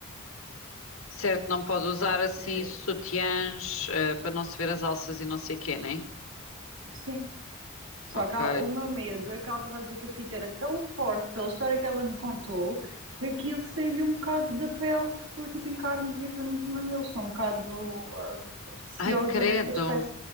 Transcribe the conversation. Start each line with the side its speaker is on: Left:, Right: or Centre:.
Left: Certo, não pode
Right: não
Left: usar
Right: é?
Left: assim
Right: Ter-
Left: sutiãs, eh, para não se ver as alças e não sei o quê, né?
Right: Sim. Só
Left: Ok.
Right: que ela- o meu medo é que ela estava a dizer que a fita era tão forte pela história que ela me contou que aquilo saiu-lhe um bocado da pele, ficou tipo em carne viva nos mamilos. Estou um bocado ah, receosa
Left: Ai, credo,
Right: nesse aspecto.